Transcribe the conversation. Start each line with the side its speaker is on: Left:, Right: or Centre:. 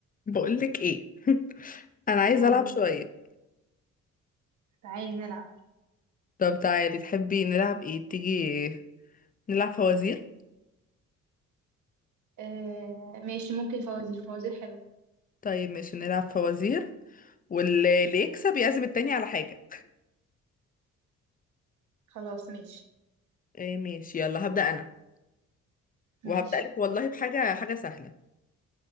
Left: بقولك ايه <laughs> انا عايزه
Right: قولي
Left: العب شويه
Right: كنت عايز ألعب
Left: طب تعالي تحبي نلعب ايه تيجي نلعب فوازير
Right: آه ماشي ممكن فوازير فوازير حلو
Left: طيب ماشي نلعب فوازير واللي اللي يكسب يعزم التاني على حاجه
Right: خلاص ماشي
Left: إيه ماشي يلا هبدا انا وهبدا
Right: ماشي
Left: لك والله بحاجه حاجه سهله